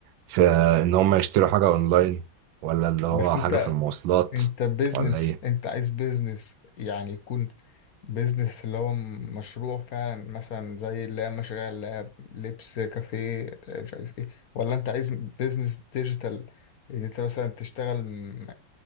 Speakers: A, on the right; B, on the left.
A: في ان هم يشتروا حاجة اونلاين ولا اللي هو
B: بس انت
A: حاجة في المواصلات
B: انت بيزنس
A: ولا ايه
B: انت عايز بيزنس يعني يكون بيزنس اللي هو م- مشروع فعلا مثلا زي اللي هي مشاريع اللي هي لبس كافيه اه، مش عارف ايه ولا انت عايز بيزنس ديجيتال ان انت مثلا تشتغل م-